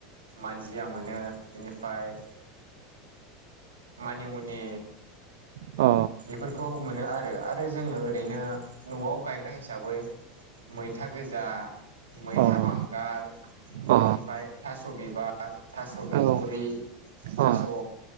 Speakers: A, on the right; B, on the right.
A: मानजिया मोनो बेनिफ्राय। मानिमनि
B: अ।
A: बेफोरखौ मोनो आरो आरो जोङो ओरैनो। न'आव गायग्रा हिसाबै मैथा गोजा मैथा
B: अ
A: बांगाल।
B: अ
A: बेनिफ्राय थास' बिबार थास' बिथुरि
B: औ
A: थास'।
B: अ